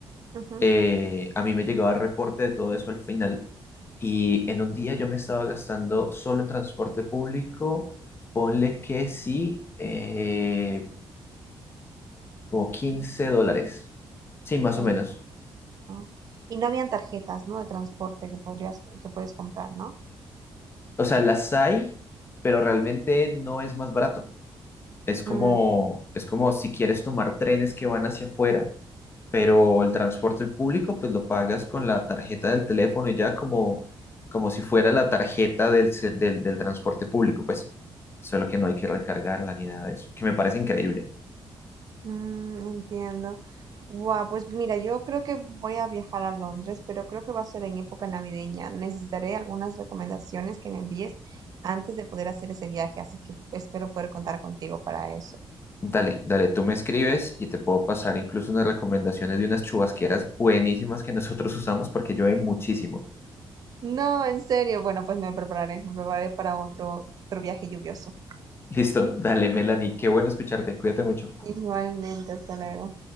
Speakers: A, on the right (about 45°); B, on the left (about 25°).
A: ujú.
B: eh, a mí me llegaba el reporte de todo eso al final. Y en un día yo me estaba gastando solo en transporte público, ponle que sí, eh, como 15 dólares. Sí, más
A: Mm,
B: o menos.
A: No. Y no habían tarjetas, ¿no? De transporte que podrías, que puedes comprar, ¿no?
B: O sea, las hay, pero realmente no es más barato. Es como,
A: Mm.
B: es como si quieres tomar trenes que van hacia afuera, pero el transporte público pues lo pagas con la tarjeta del teléfono y ya como, como si fuera la tarjeta del, se- del, del transporte público, pues solo que no hay que recargarla ni nada de eso, que me parece increíble.
A: Mm, entiendo. Guau, pues mira, yo creo que voy a viajar a Londres, pero creo que va a ser en época navideña. Necesitaré algunas recomendaciones que me envíes antes de poder hacer ese viaje, así que espero poder contar contigo para eso.
B: Dale, dale, tú me escribes y te puedo pasar incluso unas recomendaciones de unas chubasqueras buenísimas que nosotros <laughs> usamos porque llueve muchísimo.
A: No, en serio. Bueno, pues me prepararé, me prepararé para otro, otro viaje lluvioso.
B: Listo, dale, Melanie, qué bueno escucharte, cuídate mucho.
A: Igualmente, hasta luego.